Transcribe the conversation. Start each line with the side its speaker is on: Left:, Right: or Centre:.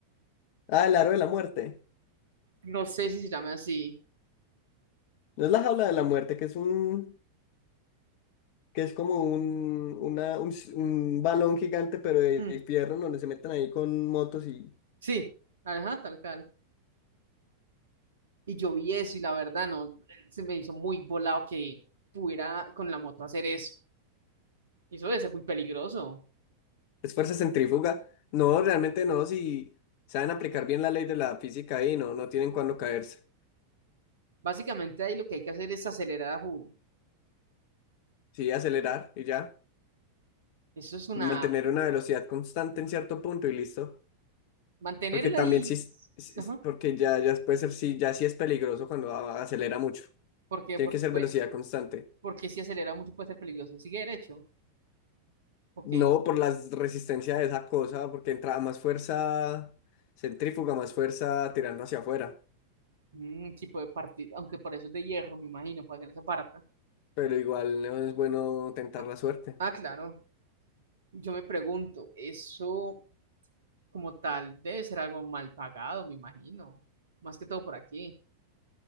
Left: Ah, el aro de la muerte.
Right: No sé si se llama así.
Left: No es la jaula de la muerte, que es un, que es como un, una, un, s- un balón gigante, pero de,
Right: Mm,
Left: de fierro, donde se meten ahí con motos y
Right: sí, ajá, tal cual. Y yo vi eso y la verdad no, se me hizo muy volado que pudiera con la moto hacer eso. Y eso debe ser muy peligroso.
Left: es fuerza centrífuga. No, realmente no, si saben aplicar bien la ley de la física ahí, no, no tienen cuándo caerse.
Right: Básicamente ahí lo que hay que hacer es acelerar a full.
Left: Sí, acelerar y ya.
Right: Eso es una...
Left: Mantener una velocidad constante en cierto punto y listo.
Right: Mantenerla
Left: Porque también
Right: y...
Left: sí, es-
Right: <laughs>
Left: es-
Right: Ajá.
Left: es- porque ya, ya puede ser, sí, ya sí es peligroso cuando a- acelera mucho.
Right: ¿Por qué?
Left: Tiene
Right: Porque
Left: que ser
Right: pues...
Left: velocidad constante.
Right: Porque si acelera mucho puede ser peligroso. Sigue derecho. Ok.
Left: No, por la resistencia de esa cosa, porque entra más fuerza centrífuga, más fuerza tirando hacia afuera.
Right: Mm, sí puede partir. Aunque por eso es de hierro, me imagino, para que no se parta.
Left: Pero igual no es bueno tentar
Right: Ah,
Left: la suerte.
Right: ah, claro. Yo me pregunto, eso como tal debe ser algo mal pagado, me imagino. Más que todo por aquí.